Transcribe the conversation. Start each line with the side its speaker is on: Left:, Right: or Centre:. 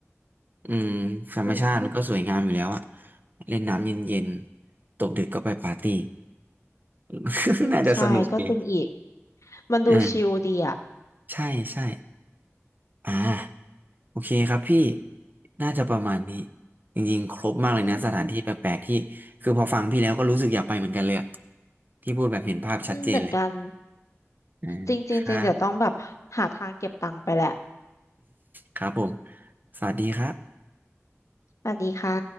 Right: อืมธรรมชาติมันก็สวยงามอยู่แล้วอะ
Left: อืม
Right: เล่นน้ำเย็นๆตกดึกก็ไปปาร์ตี้ <laughs>
Left: อืมใช่ก็จริงอีก
Right: น่าจะสนุกดี
Left: มันดูชิลดีอ่ะ
Right: อ่าใช่ใช่อ่าโอเคครับพี่น่าจะประมาณนี้จริงๆครบมากเลยนะสถานที่แปลกๆที่คือพอฟังพี่แล้วก็รู้สึกอยากไปเหมือนกันเลยอะ
Left: อืม
Right: ที่พูดแบบเห็นภาพชัดเจนเลย
Left: อืมเหมือนกัน
Right: อ่าครับ
Left: จริงจริงจริงเดี๋ยวต้องแบบหาทางเก็บตังค์ไปแหละ
Right: ครับผมสวัสดีครับ
Left: สวัสดีค่ะ